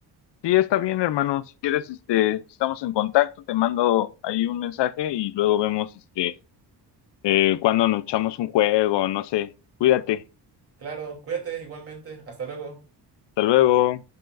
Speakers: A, on the left (about 85°); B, on the right (about 35°).
A: Sí, está bien, hermano. Si quieres, este, estamos en contacto, te mando ahí un mensaje y luego vemos, este, eh, cuando nos echamos un juego, no sé. Cuídate.
B: Claro, cuídate igualmente. Hasta luego.
A: Hasta luego.